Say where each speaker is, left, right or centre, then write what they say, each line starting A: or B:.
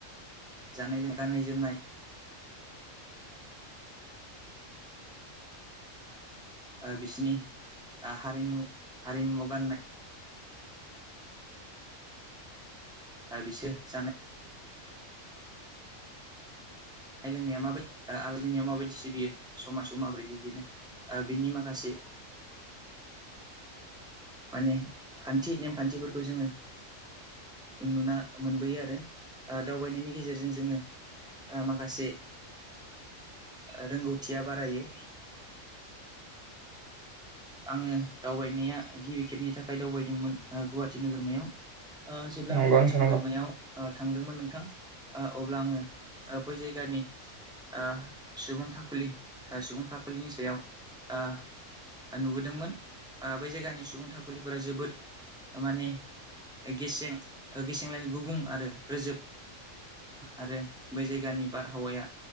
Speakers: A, in the centre; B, on the right.
A: जानाय गाननाय जोमनाय बिसिनि हारिमु हारिमु गाननाय बिसोर जानाय जानाय लोंनाया माबायदि आरो जोंनियाव माबायदि सिबियो समाजाव माबायदि बिदिनो बिनि माखासे माने खान्थि नेमखान्थिफोरखौ जोङो नुना मोनबोयो आरो दावबायनायनि गेजेरजों जोङो माखासे माखासे रोंगौथिया बारायो आङो दावबायनाया गिबि खेबनि थाखाय दावबायदोंमोन गुवाहाटि नोगोरमायाव जेब्ला
B: नंगौ
A: आं गुवाहाटि
B: नोंथां
A: नोगोरमायाव
B: नंगौ
A: थांदोंमोन नोंथां अब्ला आङो बै जायगानि सुबुं सुबुं थाखाखुलि सुबुं थाखाखुलिनि सायाव <inaudible> नुबोदोंमोन बै जायगानि सुबुं थाखुलिफोरा जोबोद माने गेसे गेसेंलायनि गुबुं आरो रोजोब आरो बै जाय गानि बारहावाया